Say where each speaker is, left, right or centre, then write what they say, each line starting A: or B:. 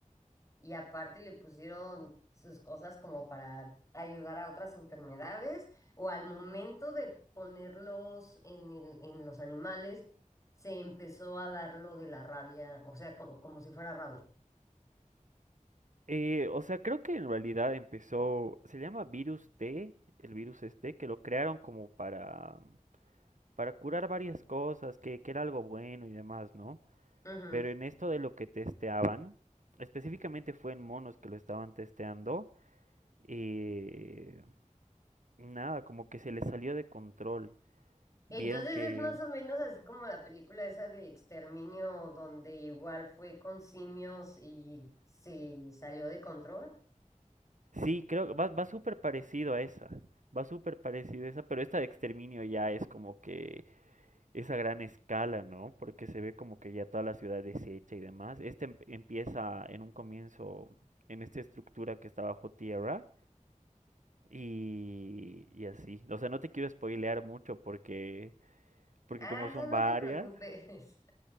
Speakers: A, on the left; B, on the right.
A: Y aparte le pusieron sus cosas como para ayudar a otras enfermedades o al momento de ponerlos en el- en los animales, se empezó a dar lo de la rabia, o sea, como como, si fuera rabia.
B: Eh, o sea, creo que en realidad empezó, se llama virus T, el virus este, que lo crearon como para, para curar varias cosas, que, que era algo bueno y demás, ¿no?
A: Ujú.
B: Pero en esto de lo que testeaban, específicamente fue en monos que lo estaban testeando, eh, nada, como que se les salió de control.
A: Entonces
B: Vieron que...
A: es más o menos así como la película esa de Exterminio, donde igual fue con simios y se salió de control.
B: Sí, creo que va, va súper parecido a esa, va súper parecido a esa, pero esta de exterminio ya es como que esa gran escala, ¿no? Porque se ve como que ya toda la ciudad deshecha y demás. Este em- empieza en un comienzo en esta estructura que está bajo tierra y, y así. O sea, no te quiero spoilear mucho porque, porque
A: Ah,
B: como son
A: tú no
B: varias.
A: te preocupes. <laughs>